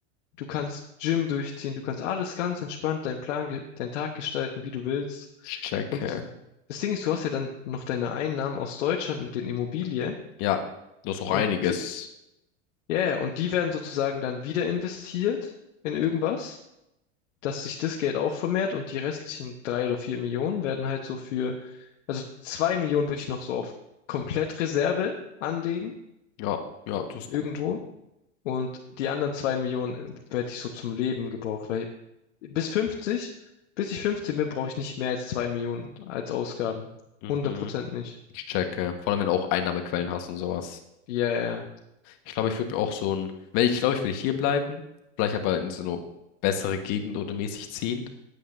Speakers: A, on the left (about 75°); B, on the left (about 50°).
A: Du kannst Gym durchziehen, du kannst alles ganz entspannt, deinen Plan, ge- deinen Tag gestalten, wie du willst.
B: ich checke.
A: Und das Ding ist, du hast ja dann noch deine Einnahmen aus Deutschland mit den Immobilien.
B: Ja, das ist auch
A: Und
B: einiges.
A: die, ja, ja, und die werden sozusagen dann wieder investiert in irgendwas, dass sich das Geld auch vermehrt und die restlichen drei oder vier Millionen werden halt so für, also zwei Millionen würde ich noch so auf Komplettreserve anlegen,
B: Ja, ja, das ist
A: irgendwo.
B: gut.
A: Und die anderen zwei Millionen äh, werde ich so zum Leben gebraucht, weil bis 50, bis ich 15 bin, brauche ich nicht mehr als zwei Millionen als Ausgaben.
B: Mhm.
A: 100% nicht.
B: Ich checke. Vor allem, wenn du auch Einnahmequellen hast und sowas.
A: Ja, ja.
B: Ich glaube, ich würde mir auch so ein, wenn ich glaube, ich würde hier bleiben, vielleicht aber in so eine bessere Gegend oder mäßig ziehen.